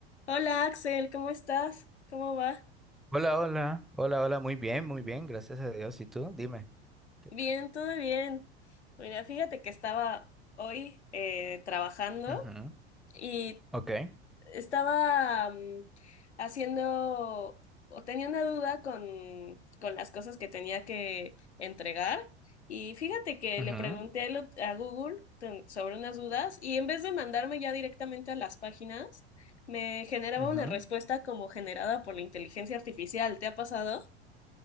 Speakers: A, on the left; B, in the centre.
A: Hola Axel, ¿cómo estás? ¿Cómo va?
B: Hola, hola, hola, hola, muy bien, muy bien, gracias a Dios. ¿Y tú? Dime. ¿Qué
A: Bien,
B: t-
A: todo bien. Mira, fíjate que estaba hoy eh, trabajando
B: Ujú,
A: y
B: Ok.
A: estaba mm, haciendo o tenía una duda con, con las cosas que tenía que entregar y fíjate que
B: ujú,
A: le pregunté a lo- a Google ten- sobre unas dudas y en vez de mandarme ya directamente a las páginas, me generaba
B: ujú.
A: una respuesta como generada por la inteligencia artificial. ¿Te ha pasado?